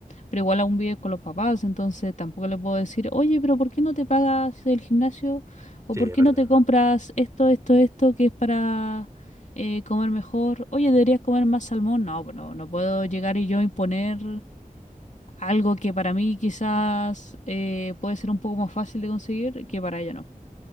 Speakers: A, on the left; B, on the right.
A: pero igual aún vive con los papás, entonces tampoco le puedo decir, oye, pero ¿por qué no te pagas el gimnasio? ¿O
B: Sí,
A: por
B: es
A: qué
B: verdad.
A: no te compras esto, esto, esto que es para eh, comer mejor? Oye, deberías comer más salmón. No, pues no, no puedo llegar y yo imponer algo que para mí quizás eh, puede ser un poco más fácil de conseguir que para ella no.